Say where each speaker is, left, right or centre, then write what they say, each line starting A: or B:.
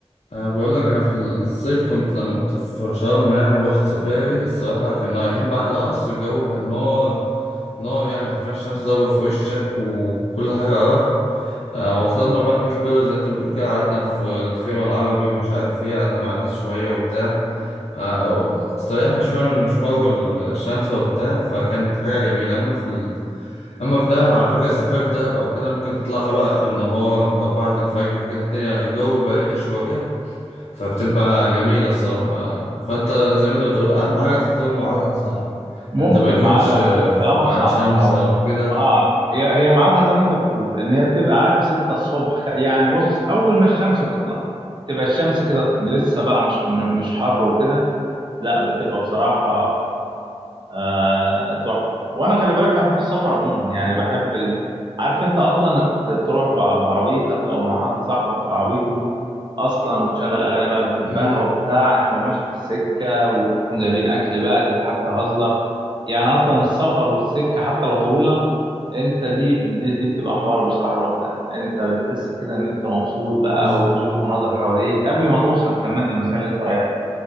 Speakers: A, on the left; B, on the right.
A: انا بقول لك انا في الصيف كنت لما كنت في شرم يعني ورحت سفاري الصراحه كنا رايحين بعد العصر الجو كان نار نار يعني حرفيا الشمس ضاربه في وشك وكل حاجه قرف آه، وصلنا بقى البيت البدوي زي ما انت بتقول كده قعدنا في الخيمه العربي ومش عارف ايه قعدنا مع الناس شويه وبتاع آه، استريحنا شويه من المشوار والشمس وبتاع فكانت حاجه جميله اما في اما في دهب على فكره السفاري في دهب او كده ممكن تطلعها بقى اخر النهار او بعد الفجر كده الدنيا الجو بيبقى رايق شويه فبتبقى جميله الصراحه فانت زي ما انت بتقول اهم حاجه تختار ميعادها صح
B: ممكن
A: انت ما يكونش
B: ميعادها
A: في
B: كلامك
A: ميعاد
B: صح
A: شمس
B: لو
A: او كده
B: اه هي هي ميعادها زي ما انت بتقول ان هي بتبقى عارف 6 الصبح خ- يعني بص اول ما الشمس تطلع تبقى الشمس كده لسه بقى مش م- مش حر وكده لا بتبقى بصراحة آه، تحفة وانا خلي بالك بحب السفر عموما يعني بحب ال... عارف انت اصلا انك ت- تروح ب- بعربيتك او مع حد صاحبك في عربيته اصلا وتشغل اغاني بقى بتحبها
A: امم
B: وبتاع انت وماشي في السكة وتكون جايبين اكل بقى تضحك تهزر يعني اصلا السفر والسكة حتى لو طويلة انت دي دي, دي بتبقى حوار بصراحة لوحدها انت بتحس كده ان انت مبسوط بقى
A: بز-
B: وبتشوف مناظر حواليك قبل ما توصل كمان للمكان اللي انت رايحه